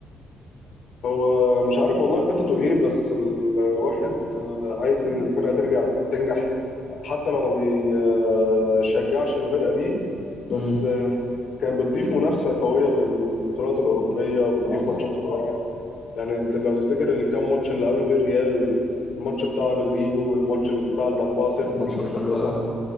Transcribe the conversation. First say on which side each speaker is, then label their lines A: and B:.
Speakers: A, on the left; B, on the left.
A: هو مش عارف والله خططه ايه بس الواحد آه، عايز ان الفرقة ترجع تنجح حتى لو ما بيشجعش الفرقة دي بس
B: امم
A: آه، كان بتضيف منافسة قوية في البطولات الأوروبية بتضيف
B: اه طبعا
A: ماتشات قوية يعني انت لو تفتكر الكام ماتش اللي قبل فيه الريال الماتش بتاع رودريجو والماتش اللي بتاع الأربعة صفر
B: كانت ماتشات
A: اللي
B: حلوة
A: كان في
B: قوي